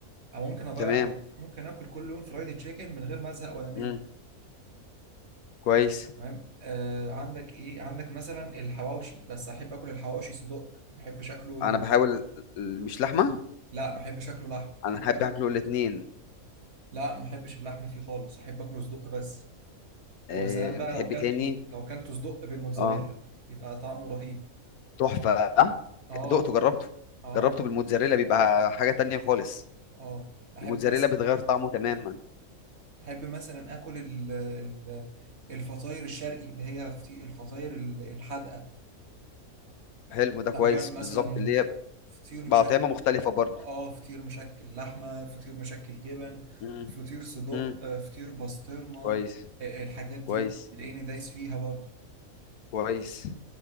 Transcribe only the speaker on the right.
او ممكن اضيع
مر... ممكن اكل كل يوم فرايدي تشيكن من غير ما ازهق ولا مل
تمام آه عندك ايه عندك مثلا الحواوشي بس احب اكل الحواوشي صدق ما احبش اكله
لا ما احبش اكله لحم
احب
اكله
لا ما احبش اللحمه فيه خالص احب اكله صدق بس وسلام
بقى
لو كلته
لو كلته صدق بالموتزاريلا
بيبقى طعمه رهيب
اه
اه
اه احب
مثلا
احب مثلا اكل ال- ال- الفطاير الشرقي اللي هي فطي- الفطاير ال- الحادقه
لو هيعمل مثلا
فط-
فطير مشكل
اه فطير مشكل لحمه فطير مشكل جبن
فطير صدق
آه، فطير بسطرمه
آه، الحاجات دي
تلاقيني دايس فيها برضو